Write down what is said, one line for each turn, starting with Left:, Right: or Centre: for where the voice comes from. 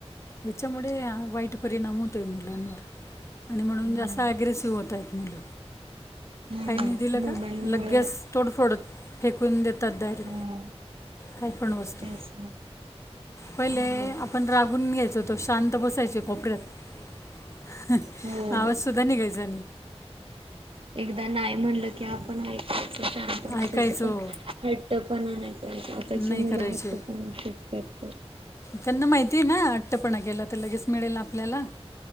Left: याच्यामुळे हा वाईट परिणाम होतोय मुलांवर आणि म्हणून
Right: हा
Left: जास्त ॲग्रेसिव्ह होतायेत मुलं
Right: ना
Left: काही नई दिलं
Right: मोबाईल
Left: का, लगेच
Right: मुळ
Left: तोडफोड फेकून देत तद्दारी
Right: हा
Left: काही पण वस्तू
Right: तेच ना
Left: पहिले
Right: हो
Left: आपण रागून घ्यायचोतो शांत बसायचे कोपऱ्यात
Right: हो
Left: आवाज सुद्धा निघायचा नई.
Right: एकदा नाही म्हणलं की आपण ऐकायचं, शांत बसायचं
Left: ऐकायचो
Right: पण हट्ट पण आणाय <unintelligible> आताची
Left: नाही
Right: मुलं
Left: करायचे
Right: हट्ट पण खूप करतात.
Left: त्यांना माहितीये ना अट्टपणा केला त लगेच मिळेल आपल्याला